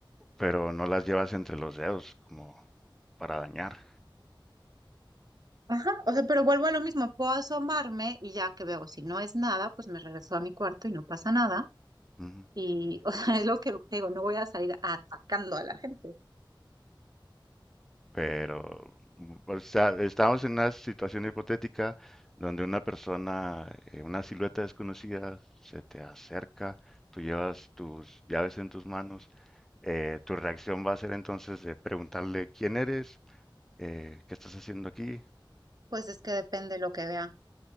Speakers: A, in the centre; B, on the right (about 50°).
A: Pero no las llevas entre los dedos como para dañar.
B: Ajá, o sea, pero vuelvo a lo mismo, puedo asomarme y ya que veo, si no es nada, pues me regreso a mi cuarto y no pasa nada.
A: Ujú.
B: Y, <laughs> o sea, es lo que digo, no voy a salir atacando a la gente.
A: Pero, mm, o sea, estamos en una situación hipotética donde una persona, eh, una silueta desconocida, se te acerca, tú llevas tus llaves en tus manos, eh, tu reacción va a ser entonces de preguntarle quién eres, Eh, qué estás haciendo aquí,
B: Pues es que depende de lo que vea.